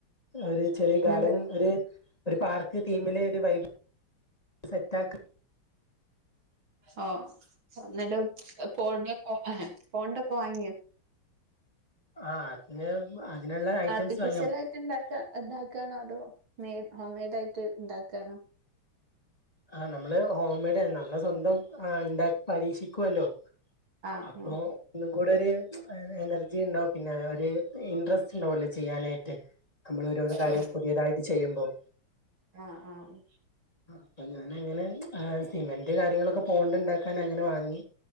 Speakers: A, on the left; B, on the right.
A: ഒരു ചെറിയ
B: എന്നിട്ട്
A: ഗാർഡൻ ഒരു പാർക്ക് തീമില് ഒരു വൈബ് സെറ്റ് ആക്ക
B: ഓ എന്നിട്ട് പോ പോണ്ടൊക്കെ വാങ്ങിയോ
A: ആഹ് പിന്നെ അതിനുള്ള ഐറ്റംസ്
B: ആർട്ടിഫിഷ്യൽ
A: വാങ്ങിയ
B: ആയിട്ട് ഇണ്ടാക്ക ഇണ്ടാക്കുകയാണോ അതോ മെയഡ് ഹോം മെയ്ഡ് ആയിട്ട് ഇണ്ടാക്കുകയാണോ
A: ആ നമ്മള് ഹോംമെയ്ഡ് ആ നമ്മളെ സ്വന്തം ആ ഉണ്ടാക്കി പരീക്ഷിക്കുവല്ലോ
B: ആഹ്
A: അപ്പോ ഒന്നും കൂടെ ഒരു എനർജി ഉണ്ടാവും പിന്നെ ഒരു ഇൻട്രസ്റ്റ് ഉണ്ടാവല്ലോ ചെയ്യാനായിട്ട് നമ്മൾ ഓരോന്ന് കാര്യം
B: ആഹ്
A: പുതിയതായിട്ട് ചെയ്യുമ്പോം
B: ആഹ് ആഹ്
A: ആ അപ്പൊ ഞാന അങ്ങനെ സിമെന്റ് കാര്യങ്ങളൊക്കെ പോണ്ട് ഉണ്ടാക്കാൻ അങ്ങനെ വാങ്ങി